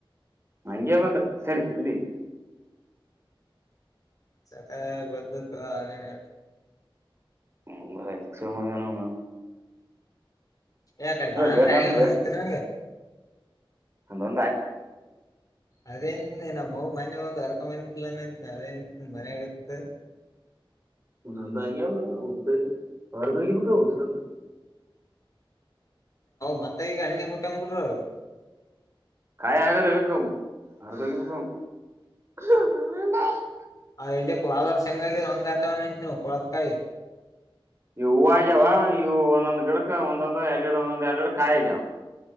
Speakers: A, on the right (about 30°); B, on the left (about 40°).
A: ಹಂಗೆ ಮತ್ತ ಸರಿ ಇಡಿ
B: ಸತ ಬದಲು ಅ <unintelligible>
A: ಹ್ಮ ಬ ಸಮಗಾನಣ
B: ಅ ಕಡೆ ದಾಮ್ರ
A: ಬೇಕಂದ್ರೆ
B: ಮರು ನಂಗ
A: ಅಂದೊ
B: ಅದೇಂತನಿ ನಮ್ಮ ಹೋಗ್ ಮನೆ ಹೋಗಿ ಅರ್ಕೊಂಬಂತಲ ಅಂತನಿ ಅದೇಂತ ಮನ್ಯಾಗತ್ತ
A: ಉ ಸಂದ ಆಯ ಉತ್ತೆ ಬಾರಮಿಗೆ ಪಕಾ ಸಂದ
B: ಮತ್ತೆ ಈಗ ಅಣ್ಣೆ ಕುಟ್ಟಂಗ್ ಬಿಡ್ರ
A: ಕಾಯ್ ಆಗರ ಎದಕ್ ಅವು <unintelligible>
B: ಹ ಇಲ್ಲಿ ಕ ಹೋದ ವರ್ಷ್ ಹೆಂಗ ಆಗಿದೆ ಹಂಗ ಅಥವಾ ಕೊಳದಕಾಯಿ
A: ಇವು ಹೂವ ಆಗೇವಾ ಇವು ಒಂದೊಂದ್ ಗಿಡಕ್ ಒಂದೊಂದ ಎರಡ್ ಎರಡ್ ಒಂದೊಂದ್ ಎರಡ್ ಎರಡ್ ಕಾಯ ಆಗೇವಾ